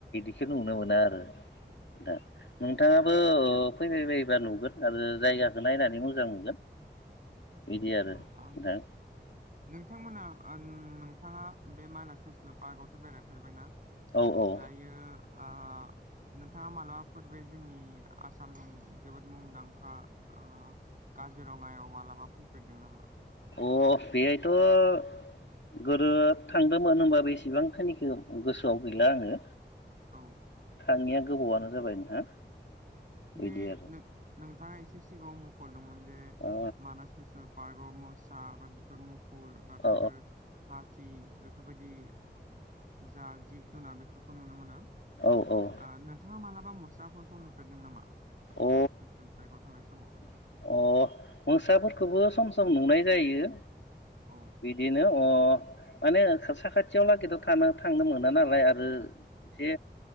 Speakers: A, on the left; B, on the right.
A: बेखौ नुनो मोना आरो नोंथा नोंथाङाबो फैबाय बायबा नुगोन आरो जायगाखौ नायनानै मोजां नुगोन। बिदि आरो
B: मा आं
A: नोंथां
B: नोंथांमोना ओ उम नोंथाङा बे मानास नेसनेल पार्कआवथ' बेरायफेरबायना।
A: औ औ
B: दायो आ नोंथाङा मालाबाफोर बे जोंनि आसामनि जोबोद मुंदांखा आ काजिरङायाव मालाबा फैफेरदों नामा?
A: अ बेहायथ' गोदो थांदोंमोन होनबा बे एसेबांखिनिखौ गोसोआव गैला आङो
B: औ
A: थाङिया गोबावानो जाबाय नोंथां बिदि
B: बे
A: आरो
B: नोंथाङा एसे सिगाङाव मख'दोंमोन जे
A: अ
B: मानास नेसनेल पार्कआव <inaudible> गुफुर बा बेफोर
A: औ
B: हाथि बेफोरबायदि जा जिब जुनार बेफोरखौ नुनो मोनो
A: औ औ
B: आ नोंथांया मालाब बा मुसाफोरखौ नुफेरदों नामा? मानास
A: अ
B: नेसनेल पार्कआव थांनाय समाव
A: अ मोसाफोरखौबो सम सम नुनाय जायो।
B: औ
A: बिदिनो अ माने साखाथियाव लागैथ' थानो थांनो मोना नालाय आरो एसे